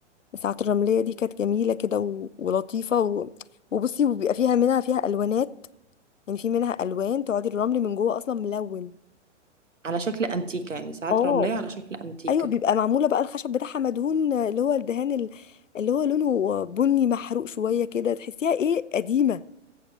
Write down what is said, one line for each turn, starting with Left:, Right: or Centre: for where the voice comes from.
Left: ساعة الرملية دي كانت جميلة كده و... ولطيفة و... وبصي وبيبقى فيها منها فيها ألوانات يعني في منها ألوان تقعدي الرمل من جوه أصلا ملون
Right: على شكل انتيكه يعني ساعات
Left: اه
Right: رمليه على شكل انتيكه
Left: أيوة بيبقى معمولة بقى الخشب بتاعها مدهون اللي هو الدهان ال- اللي هو لونه بني محروق شوية كده تحسيها إيه قديمة